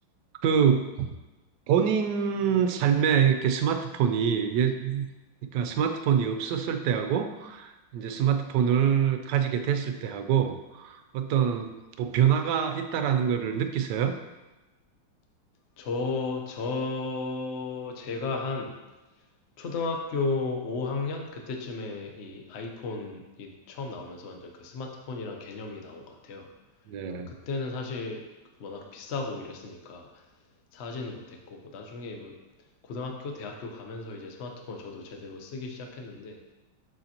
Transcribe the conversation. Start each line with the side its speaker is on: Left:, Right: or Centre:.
Right: 그, 본인 삶에 이렇게 스마트폰이, 예, 그러니까 스마트폰이 없었을 때하고, 이제 스마트폰을 가지게 됐을 때하고, 어떤 뭐 변화가 있다라는 거를 느끼세요?
Left: 저, 저, 제가 한 초등학교 5학년? 그때쯤에 이 아이폰이 처음 나오면서 완전 그 스마트폰이란 개념이 나온 것 같아요.
Right: 네.
Left: 그래서 그때는 사실 워낙 비싸고 이랬으니까, 사지는 못했고 뭐 나중에 뭐 고등학교, 대학교 가면서 이제 스마트폰을 저도 제대로 쓰기 시작했는데